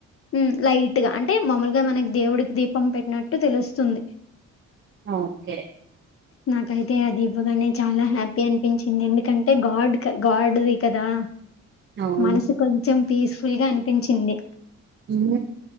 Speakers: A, on the left; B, on the right.
A: హు లైట్ గా అంటే మామూలుగా మనకి దేవుడికి దీపం పెట్టినట్టు తెలుస్తుంది.
B: ఓకే.
A: నాకైతే అది ఇవ్వగానే చాలా హ్యాపీ అనిపించింది ఎందుకంటే గాడ్ గాడ్ది కదా
B: అవును.
A: మనసు కొంచెం పీస్ఫుల్ గా అనిపించింది
B: ఉమ్